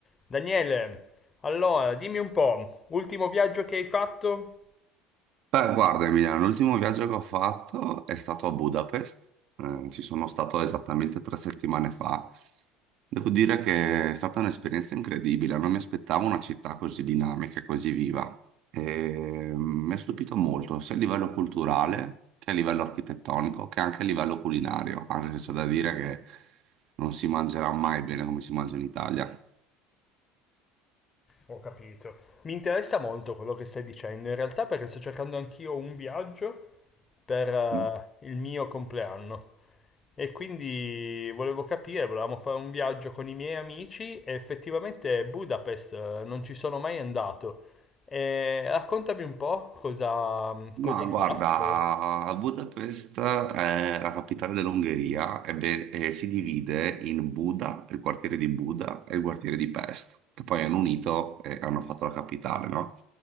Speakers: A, on the left; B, on the right.
A: Daniele, allora dimmi un po', ultimo viaggio che hai fatto?
B: Beh, guarda Emiliano, l'ultimo viaggio che ho fatto è stato a Budapest, Eh, ci sono stato esattamente tre settimane fa. Devo dire che è stata un'esperienza incredibile, non mi aspettavo una città così dinamica, e così viva. E, mm, mi ha stupito molto, sia a livello culturale che a livello architettonico, che anche a livello culinario, anche se c'è da dire che non si mangerà mai bene come si mangia in Italia.
A: Ho capito. Mi interessa molto quello che stai dicendo, in realtà perché sto cercando anch'io un viaggio per eh,
B: Mm.
A: il mio compleanno e quindi volevo capire, volevamo fare un viaggio con i miei amici e effettivamente Budapest eh, non ci sono mai andato. E raccontami un po' cosa, mm,
B: Ma
A: cosa hai
B: guarda,
A: fatto.
B: Budapest è la capitale dell'Ungheria e, be- e si divide in Buda, il quartiere di Buda e il quartiere di Pest, che poi hanno unito e hanno fatto la capitale, no?